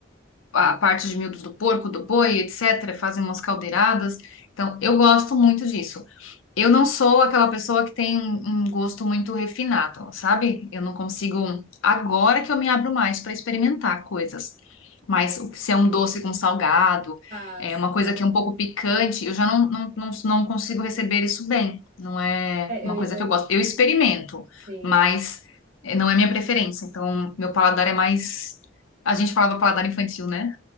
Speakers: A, on the left; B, on the right.
A: a parte de miúdos do porco, do boi, etc. Fazem umas caldeiradas. Então, eu gosto muito disso. Eu não sou aquela pessoa que tem um, um gosto muito refinado, sabe? Eu não consigo. Agora que eu me abro mais para experimentar coisas. Mas o- se é um doce com salgado,
B: Ah,
A: é
B: sim.
A: uma coisa que é um pouco picante, eu já não, não, não, não consigo receber isso bem. Não é
B: É,
A: uma
B: eu, ia-
A: coisa
B: eu,
A: que eu gosto. Eu experimento,
B: sim.
A: mas eh, não é minha preferência. Então, meu paladar é mais. A gente falava paladar infantil, né?